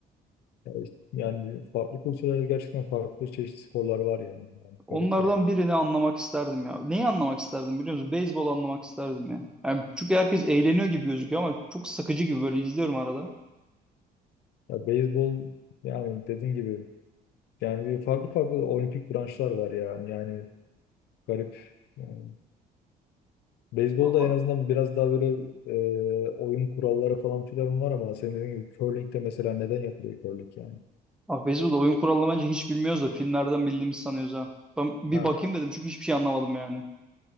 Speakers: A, on the left; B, in the centre.
A: Ya işte yani farklı kültürlerde gerçekten farklı çeşitli sporlar var yani, yani
B: Onlardan
A: garip yani
B: birini anlamak isterdim ya. Neyi anlamak isterdim biliyor musun? Beyzbol anlamak isterdim ya. Yani çünkü herkes eğleniyor gibi gözüküyor ama çok sıkıcı gibi böyle izliyorum arada.
A: ya beyzbol yani dediğin gibi Yani farklı farklı olimpik branşlar var ya. Yani garip. Yani beyzbolda
B: Vallahi
A: en azından biraz daha böyle e, oyun kuralları falan filan var ama senin dediğin gibi curling'de mesela neden yapılıyor curling yani?
B: Abi beyzbolda oyun kuralını bence hiç bilmiyoruz da filmlerden bildiğimizi sanıyoruz ha. Ben bir
A: Ha,
B: bakayım dedim çünkü hiçbir şey anlamadım yani.